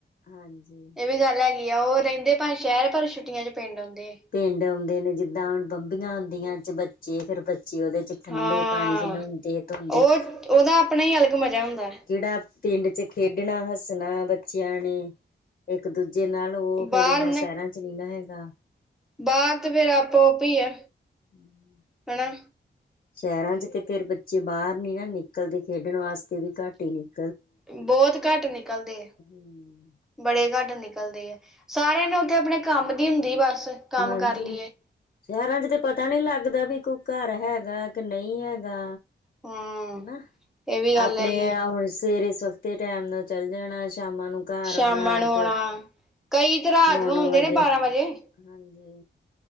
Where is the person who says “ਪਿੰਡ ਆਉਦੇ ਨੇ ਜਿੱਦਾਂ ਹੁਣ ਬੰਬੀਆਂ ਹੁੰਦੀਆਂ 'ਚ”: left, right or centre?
Left